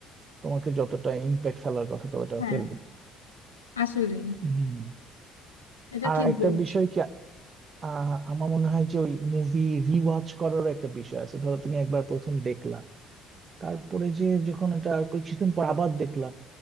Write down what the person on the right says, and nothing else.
তোমাকে যতটা ইম্প্যাক্ট ফেলার কথা তো ওটা
ফেলবে
হম
আর
একটা
বিষয় কি আহ, আমার মনে হয় যে ওই মুভি রিওয়াচ করারও একটা বিষয় আছে ধরো তুমি একবার প্রথম দেখলা তারপরে যে যখন এটা আর কিছুদিন পর আবার দেখলা